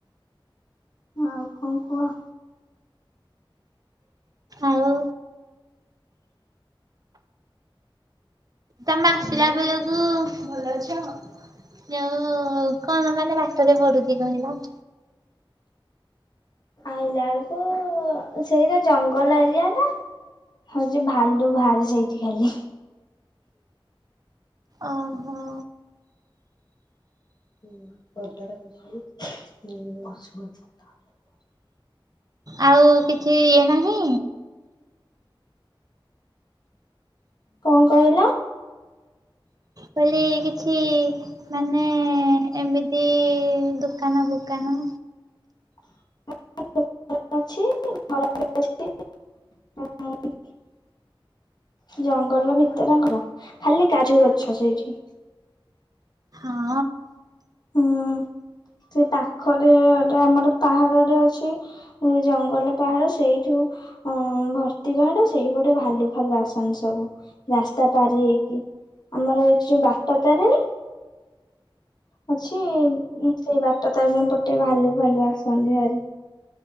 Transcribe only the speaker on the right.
ଆଉ ତମେ ଆସିଲା ବେଳକୁ, ଭଲ ଅଛ? ଆ କଣ ମାନେ ବାଟରେ ପଡୁଛି କହିଲ?
ଓହୋ
ଆଉ କିଛି ଇଏ ନାହିଁ
କହିଲ କିଛି ମାନେ ଏମିତି ଦୋକାନ ଫୋକାନ
ହଁ